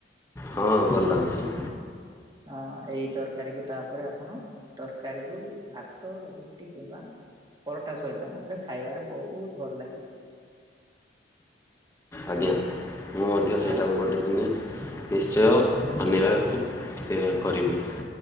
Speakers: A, on the left (about 15°); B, on the right (about 25°).
A: ହଁ ଭଲ ଲାଗୁଚି।
B: ଅ ଏଇ ତରକାରୀକୁ ତାପରେ ଆପଣ ତରକାରୀ ରୁ ଭାତ ରୁଟି କିମ୍ବା ପରଟା ସହିତ ମଧ୍ୟ ଖାଇବାରେ ବହୁତ ଭଲ ଲାଗିବ।
A: ଆଜ୍ଞା ମୁଁ ମଧ୍ୟ ସେଇଟାକୁ
B: ଆଉ ଯଦି
A: ଗୋଟେଦିନି ନିଶ୍ଚୟ ଶନିବାର କୁ ଏ କରିବି।